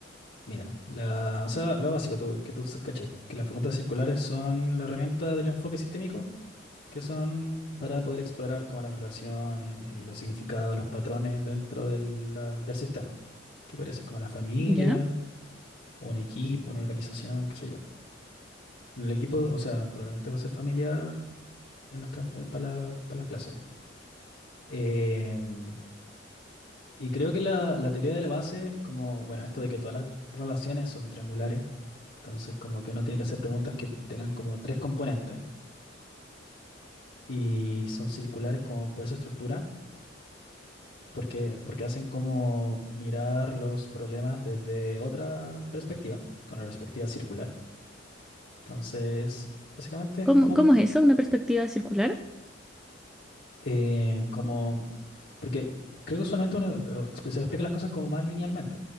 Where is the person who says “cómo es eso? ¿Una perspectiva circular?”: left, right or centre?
Centre